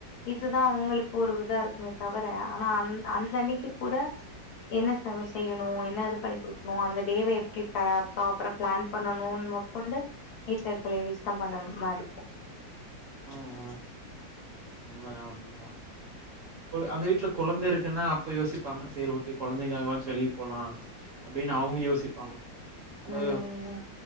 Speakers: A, on the left; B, on the right.
A: இதுதா அவங்களுக்கு ஒரு இதா இருக்குமே தவிர ஆனா அந் அந்த அன்னைக்கு கூட என்ன செய்யணு என்ன இது பண்ணி கொடுக்கணு அந்த டேவை எப்படி ப ப்ராப்பரா பிளான் பண்ணணு மோதக்கொண்டு வீட்ல இருக்க லேடிஷ் தா பண்ணற மாிர இருக்கு
B: ம்ஹ் உண்ம தா உண்ம தா அந்த வீட்டு்ல கொழந்தை இருக்குன்னா அப்ப யோசிப்பாங்க சரி ஓகே கொழந்தைக்காக ஆச்சு வெளிய போலாம் அப்டின்னு அவுங்க யோசிப்பாங்க ஹலோ
A: ம்